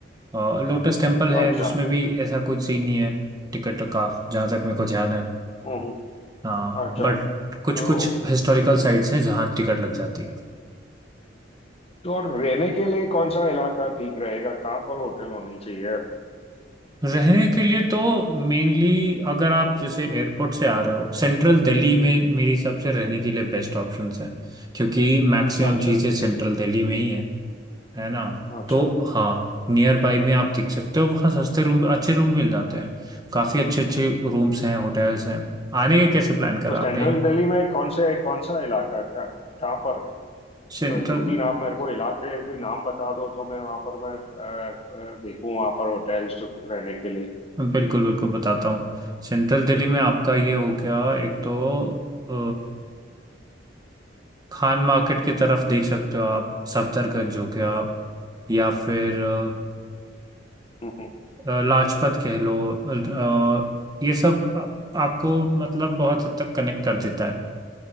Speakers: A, on the right; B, on the left.
A: और लोटस टेम्पल है
B: हम्म, अच्छा
A: उसमें भी ऐसा कुछ सीन नहीं है टिकट का जहाँ तक मेरे को ध्यान है
B: हम्म हम्म,
A: हाँ
B: अच्छा
A: बट कुछ
B: तो
A: कुछ हिस्टोरिकल साइट्स हैं जहाँ टिकट लग जाती है
B: तो और रहने के लिए कौन सा इलाका ठीक रहेगा कहाँ पर होटल होनी चाहिए
A: रहने के लिए तो मेनली अगर आप जैसे एयरपोर्ट से आ रहे हो सेंट्रल दिल्ली में मेरे हिसाब से रहने के लिए बेस्ट ऑप्शंस हैं क्योंकि मैक्सिमम
B: अच्छा
A: चीज़ें सेंट्रल दिल्ली में ही है है ना
B: अच्छा
A: तो हाँ नियर बाई में आप देख सकते हो वहाँ सस्ते रूम अच्छे रूम मिल जाते हैं काफ़ी अच्छे अच्छे रूम्स हैं होटल्स हैं आने के कैसे प्लान करा
B: तो सेंट्रल
A: आपने
B: दिल्ली में कौन से कौन सा इलाका का कहाँ पर
A: सेंट्रल
B: तो दो तीन आप मेरे को इलाके के नाम बता दो तो मैं वहां पर मैं अ, अ, देखूं वहां पर होटल्स रहने के लिए
A: बिल्कुल बिल्कुल बताता हूँ सेंट्रल दिल्ली में आपका ये हो गया एक तो अ, खान मार्केट की तरफ देख सकते हो आप सफदरगंज हो गया या फिर अ,
B: हम्म,
A: लाजपत कह लो अ, ये सब आप, आपको मतलब बहुत हद तक कनेक्ट कर देता है